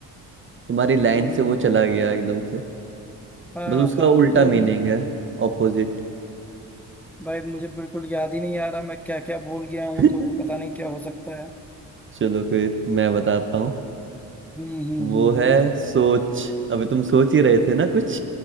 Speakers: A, on the right; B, in the centre.
A: तुम्हारी लाइन
B: हम्म,
A: से वो चला गया एकदम से
B: हाँ
A: बस उसका
B: हाँ
A: उल्टा
B: तो
A: मीनिंग है ऑपोजिट
B: भाई मुझे बिल्कुल याद ही नहीं आ रहा मैं क्या क्या भूल गया हूँ
A: <laughs>
B: तो वो पता नहीं क्या हो सकता है
A: चलो फिर मैं बताता हूँ
B: हम्म हम्म
A: वो
B: हम्म
A: है
B: हम्म।
A: सोच अभी तुम सोच ही रहे थे ना कुछ